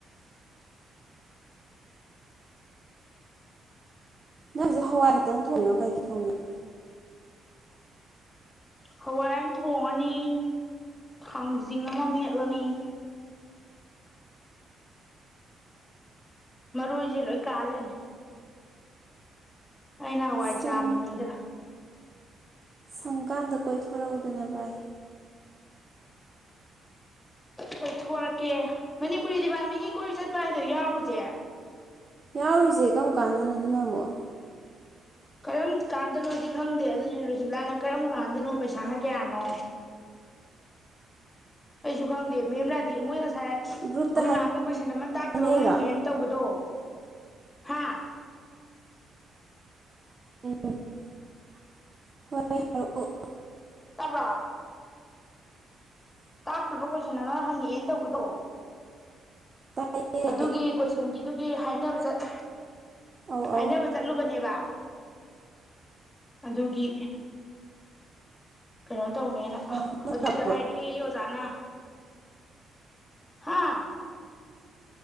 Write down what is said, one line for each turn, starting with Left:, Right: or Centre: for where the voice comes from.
Right: ꯅꯪ ꯍꯧꯖꯤꯛ ꯍꯋꯥꯏ ꯈꯛꯇꯪ ꯊꯣꯡꯉꯤꯔꯣ ꯀꯩꯀꯩ ꯊꯣꯡꯉꯤꯅꯣ
Left: ꯍꯋꯥꯏ ꯑꯃ ꯊꯣꯡꯉꯅꯤ ꯊꯥꯡꯖꯤꯡ ꯑꯃ ꯃꯦꯠꯂꯅꯤ ꯃꯥꯔꯣꯏꯖꯤ ꯂꯣꯢ ꯀꯥ ꯂꯩꯔꯝꯃꯦ ꯑꯩꯅ ꯍꯋꯥꯏ
Right: ꯁꯪ
Left: ꯆꯥꯝꯃꯤꯉꯩꯗ
Right: ꯁꯪꯀꯥꯟꯗ ꯀꯣꯏꯊꯣꯔꯛꯎꯗꯅ ꯚꯥꯏ
Left: ꯀꯣꯏ ꯊꯣꯔꯛꯀꯦ ꯃꯅꯤꯄꯨꯔꯤ ꯗꯤꯄꯥꯔꯠꯃꯦꯟꯒꯤ ꯀꯣꯏ ꯆꯠꯄ ꯍꯥꯏꯗꯣ ꯌꯥꯎꯔꯨꯖꯦ
Right: ꯌꯥꯎꯔꯨꯖꯦ ꯀꯔꯝ ꯀꯥꯟꯗꯅꯣ ꯑꯗꯨꯅ ꯑꯃꯨꯛ
Left: ꯀꯔꯝ ꯀꯥꯟꯗꯅꯣꯗꯤ ꯈꯪꯗꯦ ꯑꯗꯨꯅꯦ ꯔꯨꯁꯤꯕꯂꯥꯅ ꯀꯔꯝ ꯀꯥꯟꯗꯅꯣ ꯄꯩꯁꯥꯅ ꯀꯌꯥꯅꯣ ꯑꯩꯁꯨ ꯈꯪꯗꯦ ꯃꯦꯝ ꯔꯥꯗꯦ ꯃꯣꯏ ꯉꯁꯥꯏ ꯉꯁꯥꯏ ꯑꯩꯈꯣꯏ
Right: ꯒ꯭ꯔꯨꯞꯇ
Left: ꯅꯍꯥꯟꯃꯨꯛ ꯀꯣꯏꯁꯟ ꯑꯃ ꯇꯥꯛꯇꯕ
Right: ꯍꯥꯏꯅꯩꯔꯣ
Left: ꯑꯃ ꯍꯪꯉꯦꯅ ꯇꯧꯕꯗꯣ ꯍꯥꯥ
Right: <inaudible> <unintelligible>
Left: ꯇꯕꯔꯣ
Right: <inaudible>
Left: ꯇꯥꯛꯇꯕ ꯀꯣꯏꯁꯟ ꯑꯃ ꯍꯪꯉꯛꯑꯦꯅ ꯇꯧꯕꯗꯣ
Right: ꯇꯥꯏꯌꯦ
Left: ꯑꯗꯨꯒꯤ ꯀꯣꯏꯁꯟꯒꯤꯗꯨꯒꯤ ꯍꯥꯏꯅꯕ ꯆꯠ
Right: ꯑꯧ ꯑꯧ
Left: ꯍꯥꯏꯅꯕ ꯆꯠꯂꯨꯕꯅꯦꯕ ꯑꯗꯨꯒꯤ ꯀꯩꯅꯣ ꯇꯧꯅꯦꯅ
Right: ꯑ ꯅꯪ
Left: ꯑꯗꯨꯗ
Right: ꯌꯥꯕ꯭ꯔꯣ
Left: ꯍꯥꯏꯔꯛꯑꯦꯌꯦ ꯑꯣꯖꯥꯅ ꯍꯥꯥ